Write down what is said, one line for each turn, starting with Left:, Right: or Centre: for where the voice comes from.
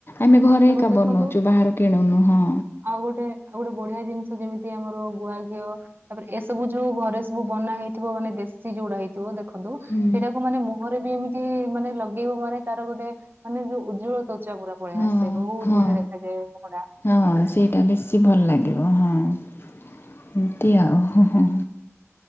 Left: ଆମେ ଘରେ
Right: ତାପରେ
Left: ଏକା
Right: ଦେଖନ୍ତୁ
Left: ବନଉଚୁ ବାହାରୁ କିଣୁନୁ। ହଁ।
Right: ଆଉ ଗୋଟେ ଆଉ ଗୋଟେ ବଢିଆ ଜିନିଷ ଯେମିତି ଆମର ଗୁଆ ଘିଅ ତାପରେ ଏସବୁ ଯୋଉ ଘରେ ସବୁ ବନା ହେଇଥିବ ମାନେ ଦେଶୀ ଯୋଉଡା ହେଇଥିବ ଦେଖ ଖନ୍ତୁ
Left: ହୁଁ
Right: ସେଇଟାକୁ ମାନେ ମୁହରେ ବି ଏମିତି ମାନେ ଲଗେଇବ ମାନେ ତାର ଗୋଟେ ମାନେ ଯୋଉ ଉଜ୍ଜଳ ତ୍ୱଚା ପୁରା ପଳେଆ
Left: ହଁ
Right: ଆସେ ବହୁତ
Left: ହଁ
Right: ବଢିଆ ଦେଖାଯାଏ ମୁହଁ ଟା।
Left: ହଁ ସେଇଟା ବେଶୀ ଭଲ ଲାଗିବ ହଁ ଏମିତି ଆଉ। ହୁଁ ହୁଁ।